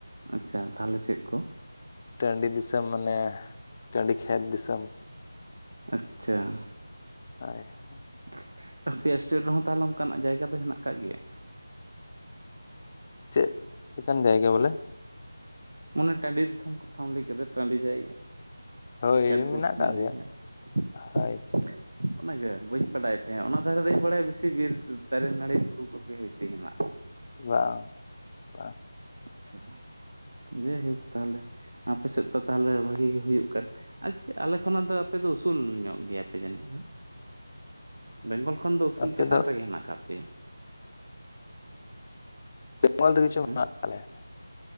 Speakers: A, on the right; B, on the left.
A: ᱟᱪᱪᱷᱟ, ᱛᱟᱦᱚᱞᱮ ᱪᱮᱫ ᱠᱚ?
B: ᱴᱟᱺᱰᱤ ᱫᱤᱥᱚᱢ, ᱢᱟᱱᱮ ᱴᱟᱺᱰᱤ ᱠᱷᱮᱛ ᱫᱤᱥᱚᱢ ᱾
A: ᱟᱪ ᱪᱷᱟ ᱾
B: ᱦᱳᱭ ᱾
A: <inaudible> ᱟᱯᱮᱭᱟᱜ ᱥᱴᱮᱴ ᱨᱮᱦᱚᱸ ᱛᱟᱦᱚᱞᱮ, ᱚᱱᱠᱟᱱᱟᱜ ᱡᱟᱭᱜᱟ ᱫᱚ ᱦᱮᱱᱟᱜ ᱟᱠᱟᱜ ᱜᱮᱭᱟ?
B: ᱪᱮᱫ? ᱞᱮᱠᱟᱱ ᱡᱟᱭᱜᱟ ᱵᱚᱞᱮ ᱾
A: ᱢᱟᱱᱮ ᱴᱟᱺᱰᱤ ᱫᱤᱥᱚᱢ ᱠᱟᱛᱷᱟᱢ ᱞᱟᱹᱭ ᱠᱮᱫ ᱫᱚ, ᱴᱟᱺᱰᱤ ᱡᱟᱭᱜᱟ ᱾
B: ᱦᱳᱭ
A: ᱠᱷᱮᱛ
B: ᱢᱮᱱᱟᱜ
A: ᱵᱟᱹᱫᱽ
B: ᱟᱠᱟᱫ
A: ᱨᱮᱱᱟᱜ
B: ᱜᱮᱭᱟ
A: ᱡᱟᱭᱜᱟ ᱾
B: ᱦᱳᱭ
A: <unintelligible> ᱚᱱᱟᱜᱮ, ᱵᱟᱹᱧ ᱵᱟᱰᱟᱭ ᱛᱟᱦᱮᱸᱫ, ᱚᱱᱟ ᱫᱷᱟᱨᱮ ᱫᱚᱧ ᱵᱟᱲᱟᱭᱟ ᱾ ᱵᱮᱥᱤ ᱵᱤᱨ ᱫᱟᱨᱮ, ᱱᱟᱹᱲᱤ, ᱵᱩᱨᱩ ᱠᱚᱜᱮ, ᱵᱤᱥᱤ ᱦᱮᱱᱟᱜᱼᱟ ᱾
B: ᱵᱟᱝ <unintelligible> ᱵᱟᱝ
A: ᱪᱪᱷᱟᱸ ᱾ ᱡᱟᱭᱦᱳᱠ, ᱛᱟᱦᱚᱞᱮ ᱟᱯᱮ ᱥᱮᱫ ᱫᱚ, ᱛᱟᱦᱚᱞᱮ ᱵᱷᱟᱜᱤ ᱜᱮ, ᱦᱩᱭᱩᱜ ᱠᱟᱱ ᱟᱪᱪᱷᱟ, ᱟᱞᱮ ᱠᱷᱚᱱᱟᱜ ᱫᱚ, ᱟᱯᱮ ᱫᱚ, ᱩᱥᱩᱞ ᱧᱚᱜ ᱜᱮᱭᱟ ᱯᱮ ᱡᱟᱹᱱᱤᱡ ᱾ ᱦᱟᱸ ᱾
B: <inaudible>
A: ᱵᱮᱝᱜᱚᱞ ᱠᱷᱚᱱ ᱫᱚ, ᱩᱥᱩᱞ
B: ᱟᱯᱮ
A: ᱪᱮᱛᱟᱱ
B: ᱫᱚ
A: ᱨᱮᱜᱮ ᱦᱮᱱᱟᱜ ᱟᱠᱟᱫ ᱯᱮᱭᱟ ᱾
B: ᱵᱮᱝᱜᱚᱞ ᱨᱮᱜᱮ ᱪᱚ, ᱢᱮᱱᱟᱜ
A: ᱦᱮᱸ
B: ᱟᱠᱟᱜ ᱞᱮᱭᱟ,